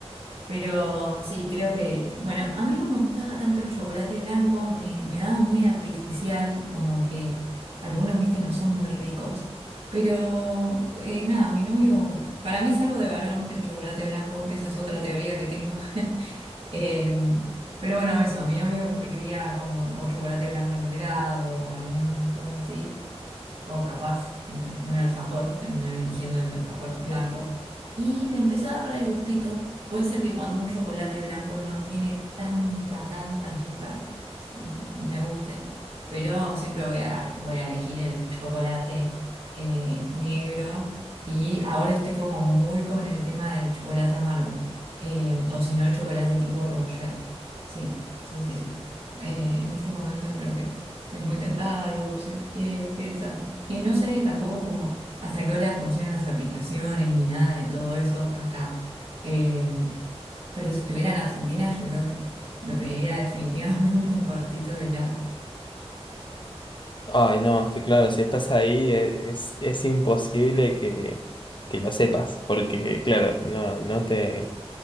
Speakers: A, on the right; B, on the left.
A: pero sí, creo que, bueno, a mí no me gustaba tanto el chocolate blanco, me, me daba muy artificial, como que algunos, viste, no son muy ricos. Pero eh, nada, mi novio, para mí es algo de varón el chocolate blanco, esa es otra teoría que tengo. <laughs> Eh, pero bueno, eso, mi novio pedía como o chocolate blanco en el helado o algunos gustos así o capaz, no sé, un alfajor, terminar eligiendo el alfajor blanco, y le empieza a dar el gustito. Puede ser que cuando un chocolate blanco no tiene tanta, tanta azúcar, me guste, pero siempre voy a, voy a elegir el chocolate eh, negro y ahora estoy como muy con el tema del chocolate amargo, eh, o si no el chocolate tipo Roger. Sí, sí, sí, sí. Eh, en este momento creo que... Estoy muy tentada al dulce. Eh, qué desastre. Y no sé tampoco cómo hasta qué hora funcionan las aplicaciones ni nada de todo eso acá. Eh, pero si estuviera en Argentina, yo creo que me pediría <laughs> definitivamente un cuartito de helado.
B: Ay, no, es que claro, si estás ahí eh, es, es imposible que, que lo sepas, porque claro, no, no te